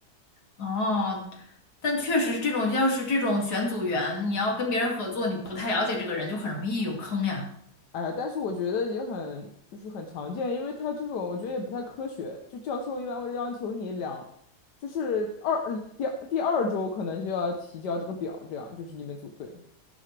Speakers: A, on the left (about 70°); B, on the left (about 85°).
A: 哦，但确实是这种，要是这种选组员，你要跟别人合作，你不太了解这个人，就很容易有坑呀。
B: 哎呀，但是我觉得也很，就是很常见，因为他这种我觉得也不太科学。就教授一般会要求你两，就是二嗯第二第二周可能就要提交这个表，这样就是你们组队